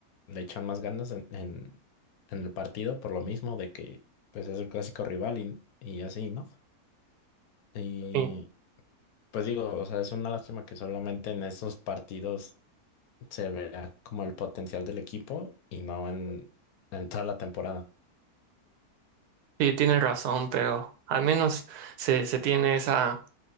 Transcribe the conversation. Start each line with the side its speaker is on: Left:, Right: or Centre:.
Left: le echan más ganas en, en, en el partido por lo mismo de que pues es el clásico rival y, y así, ¿no? Y
Right: Sí,
Left: pues digo, o sea, es una lástima que solamente en esos partidos se vea como el potencial del equipo y no en, en toda la temporada.
Right: sí, tienes razón, pero al menos se, se tiene esa